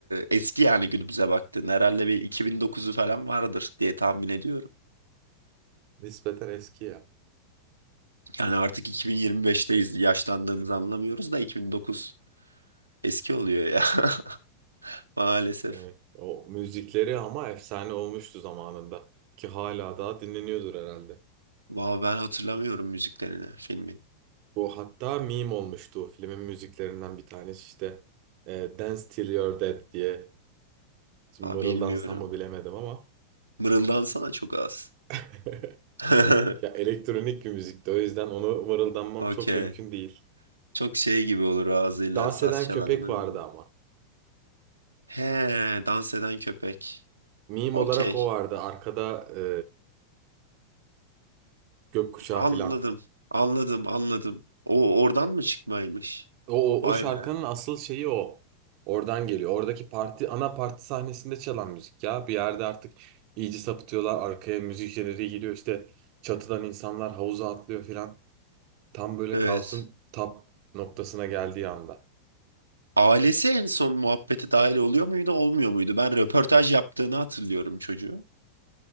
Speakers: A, on the right; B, on the right.
A: eski yani günümüze baktığında herhalde bir 2009'u falan vardır diye tahmin ediyorum.
B: Nispeten eski ya.
A: Yani artık 2025'teyiz. Yaşlandığımızı anlamıyoruz da 2009 eski oluyor ya <laughs> maalesef.
B: Evet. O müzikleri ama efsane olmuştu zamanında. Ki hala daha dinleniyordur herhalde.
A: Valla ben hatırlamıyorum müziklerini filmin.
B: Bu hatta meme olmuştu. Filmin müziklerinden bir tanesi işte e, Dance Till You're Dead diye. Şimdi
A: Aa,
B: mırıldansam
A: bilmiyorum.
B: mı bilemedim ama.
A: Mırıldansana çok az.
B: <laughs>
A: <laughs>
B: Ya elektronik bir müzikti. O yüzden onu mırıldanmam
A: Okey.
B: çok mümkün değil.
A: Çok şey gibi olur ağzıyla
B: Dans
A: saz
B: eden
A: çalan
B: köpek
A: adam
B: vardı
A: gibi.
B: ama.
A: He, dans eden köpek.
B: Meme
A: Okey.
B: olarak o vardı. Arkada e, gökkuşağı
A: Anladım.
B: filan.
A: Anladım, anladım. O oradan mı çıkmaymış?
B: O, o,
A: Vay
B: o şarkının
A: be.
B: asıl şeyi o. Oradan geliyor. Oradaki parti, ana parti sahnesinde çalan müzik ya. Bir yerde artık iyice sapıtıyorlar. Arkaya müzik jeneriği giriyor. İşte çatıdan insanlar havuza atlıyor filan. Tam böyle
A: Evet.
B: kaosun tap noktasına geldiği anda.
A: Ailesi en son muhabbete dahil oluyor muydu, olmuyor muydu? Ben röportaj yaptığını hatırlıyorum çocuğu.